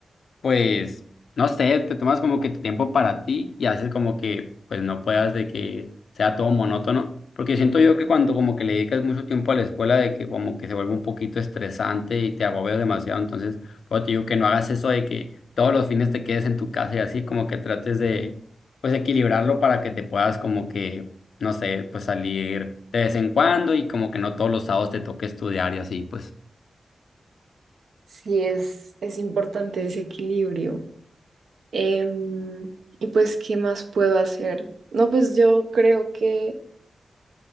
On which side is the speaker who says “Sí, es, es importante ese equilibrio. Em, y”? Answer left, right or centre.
Right